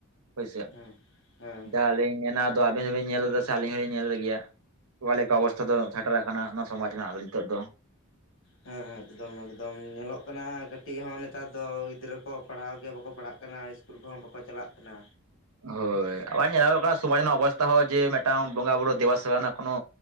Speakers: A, on the right; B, on the left.
A: ᱦᱳᱭ ᱥᱮ᱾
B: ᱦᱮᱸ ᱦᱮᱸ
A: ᱡᱟᱦᱟ ᱟᱹᱞᱤᱧ ᱢᱮᱱᱟ ᱟᱫᱚ ᱟᱵᱤᱱ ᱦᱚᱸᱵᱮᱱ ᱧᱮᱞ ᱫᱟ ᱥᱮ ᱟᱹᱞᱤᱧ ᱦᱚᱸ ᱞᱤᱧ ᱧᱮᱞ ᱮᱜ ᱜᱮᱭᱟ᱾ ᱚᱠᱟ ᱞᱮᱠᱟ ᱚᱵᱚᱥᱛᱷᱟ ᱫᱚ ᱥᱮᱴᱮᱨ ᱠᱟᱱᱟ ᱱᱚᱣᱟ ᱥᱚᱢᱟᱡᱽ ᱨᱮᱱᱟᱜ ᱫᱚ ᱱᱤᱛᱳᱜ ᱫᱚ᱾
B: ᱦᱮᱸ ᱮᱠᱫᱚᱢ ᱮᱠᱫᱚᱢ, ᱧᱮᱞᱚᱜ ᱠᱟᱱᱟ᱾ ᱠᱟᱹᱴᱤᱡ ᱦᱚᱸ ᱱᱮᱛᱟᱨ ᱫᱚ ᱜᱤᱫᱽᱨᱟᱹ ᱠᱚ ᱯᱟᱲᱦᱟᱣ ᱜᱮ ᱵᱟᱠᱚ ᱯᱟᱲᱦᱟᱜ ᱠᱟᱱᱟ ᱤᱥᱠᱩᱞ ᱠᱚᱦᱚᱸ ᱵᱟᱠᱚ ᱪᱟᱞᱟᱜ ᱠᱟᱱᱟ᱾
A: ᱦᱳᱭ᱾ ᱟᱵᱟᱨ ᱧᱮᱞᱚᱜ ᱠᱟᱱᱟ ᱥᱚᱢᱟᱡᱽ ᱨᱮᱱᱟᱜ ᱚᱵᱚᱥᱛᱷᱟ ᱦᱚᱸ ᱡᱮ ᱢᱤᱫᱴᱟᱝ ᱵᱚᱸᱜᱟ ᱵᱩᱨᱩ ᱫᱮᱵᱟ ᱥᱮᱵᱟ ᱨᱮᱱᱟᱜ ᱠᱳᱱᱳ